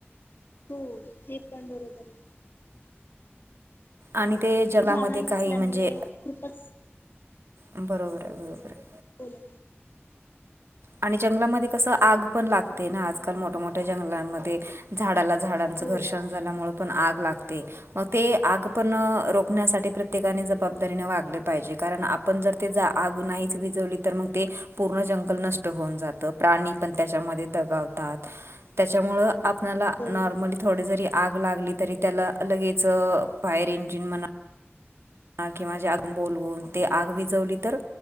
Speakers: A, on the left; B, on the right.
A: हो हे पण बरोबर आहे.
B: आणि ते जलामध्ये
A: झाडं नसल्यामुळे
B: काही म्हणजे
A: खूपच
B: बरोबर आहे. बरोबर
A: हां, हां.
B: आहे.
A: बोला...
B: आणि जंगलामध्ये कसं आग पण लागते ना... आजकाल मोठ्यामोठ्या जंगलांमध्ये झाडाला झाडांचं
A: हो.
B: घर्षण झाल्यामुळे पण आग लागते. मग ते आग पण रोखण्यासाठी प्रत्येकाने जबाबदारीने वागले पाहिजे कारण आप आपण जर ते आग नाहीच विजवली तर मग ते पूर्ण जंगल नष्ट होऊन जातं प्राणी पण त्याच्यामध्ये दगावतात त्याच्यामुळे आपल्याला
A: बरोबर.
B: नॉर्मली थोड जरी आग लागली तरी त्याला लगेच फयर इंजिन म्हणा. किंवा जे आग बोलवून ते आग विजवली तर